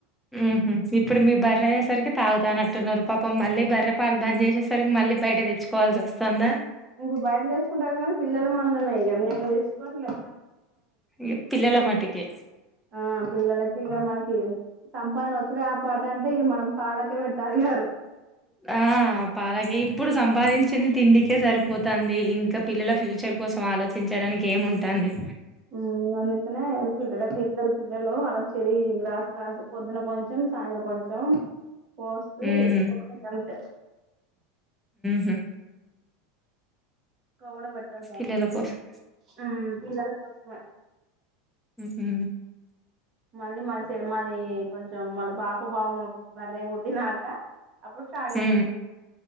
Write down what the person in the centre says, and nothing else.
మ్హు ఇప్పుడు మీ బర్ర అయేసరికి తాగుతాన అంటటున్నారు పాపం మళ్ళీ బర్ర పాలు బంద్ చేసేసరికి మళ్ళీ బయట తెచ్చుకోవాల్సి వస్తాదా
ఇ పిల్లల మాటికే
ఆ పాలకే ఇప్పుడు సంపాదించను తిండికే సరిపోతంది ఇంకా ఇక పిల్లల ఫ్యూచర్ కోసం ఆలోచించి చ్చడానికి ఏముంటందీ
మ్మ్
మ్హు
పిల్లల కోసం
ఉహు
హు